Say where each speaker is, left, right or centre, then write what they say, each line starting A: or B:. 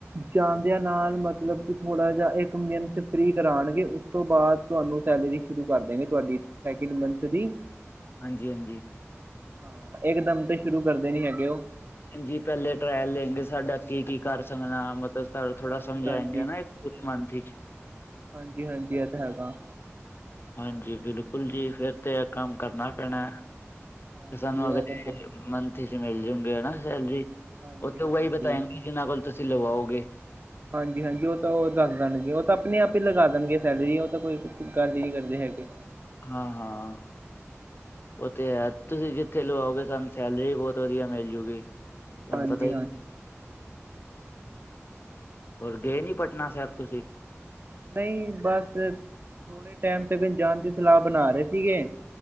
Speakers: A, on the right; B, on the left.
A: ਜਾਦਿਆਂ ਨਾਲ ਮਤਲਬ ਕਿ ਥੋੜ੍ਹਾ ਜਿਹਾ ਇੱਕ ਮੰਥ ਫਰੀ ਕਰਾਉਣਗੇ ਉਸ ਤੋਂ ਬਾਅਦ ਤੁਹਾਨੂੰ ਸੈਲਰੀ ਸ਼ੁਰੂ ਕਰ ਦੇਗੇ ਤੁਹਾਡੀ ਸੈਕਿੰਡ ਮੰਥ ਦੀ।
B: ਹਾਂਜੀ-ਹਾਂਜੀ।
A: ਹਾਂ, ਇਕ ਦਮ ਤੇ ਸ਼ੁਰੂ ਕਰਦੇ ਨੀ ਹੈਗੇ ਉਹ।
B: ਜੀ ਪਹਿਲੇ ਟਰਾਇਲ ਲੈਗੇ ਸਾਡਾ ਕੀ-ਕੀ ਕਰ ਸਕਦਾ? ਮਤਲਬ, ਸਾਨੂੰ ਥੋੜਾ
A: ਹਾਂਜੀ
B: ਸਮਝਾਏਂਗੇੇ
A: ਹਾਂਜੀ
B: ਨਾ ਇੱਕ ਕੁਛ ਮਨਥ ਹੀ ਚ।
A: ਹਾਂਜੀ-ਹਾਂਜੀ, ਇਹ ਤਾਂ ਹੈਗਾ।
B: ਹਾਂਜੀ, ਬਿਲਕੁਲ ਜੀ ਫੇਰ ਤੇ ਇਹ ਕੰਮ ਕਰਨਾ ਪੈਣਾ।
A: ਹਾਂਜੀ
B: ਤੇ ਸਾਨੂੰ
A: ਇਹ
B: ਅਗਰ
A: ਤਾਂ ਬਹੁਤ
B: ਮੰਥ ਚ ਮਿਲ ਜੂਗੇ ਨਾ ਸੈਲਰੀ,
A: ਹਾਂਜੀ
B: ਉਹ ਤੇ ਉਹੀ
A: ਹਾਂਜੀ
B: ਬਤਾਏਗੀ। ਜਿਨਾਂ ਕੋਲ ਤੁਸੀਂ ਲਵਾਓਗੇ।
A: ਹਾਂਜੀ-ਹਾਂਜੀ, ਉਹ ਤਾਂ ਉਹ ਦੱਸ ਦੇਣਗੇ ਉਹ ਤਾਂ ਆਪਣੇ-ਆਪ ਹੀ ਲਗਾ ਦੇਣਗੇ ਸੈਲਰੀ ਉਹ ਤਾਂ ਕੋਈ ਗੱਲ ਹੀ ਨਹੀ ਕਰਦੇ ਹੈਗੇ।
B: ਹਾਂ-ਹਾਂ। ਉਹ ਤੇ ਹੈ, ਤੁਸੀਂ ਜਿੱਥੇ ਲਵਾਓਗੇ ਸਾਨੂੰ ਸੈਲਰੀ ਵੀ ਬਹੁਤ ਵਧੀਆ ਮਿਲਜੂਗੀ। ਤੁਹਾਨੂੰ
A: ਹਾਂਜੀ
B: ਪਤਾ ਹੀ,
A: ਹਾਂਜੀ
B: ਹੋਰ ਗਏ ਨੀ ਪਟਨਾ ਸਾਹਿਬ ਤੁਸੀਂ?
A: ਨਹੀਂ, ਬਸ ਥੋੜੇ ਟਾਈਮ ਤੱਕ ਜਾਣ ਦੀ ਸਲਾਹ ਬਣਾ ਰਹੇ ਸੀਗੇ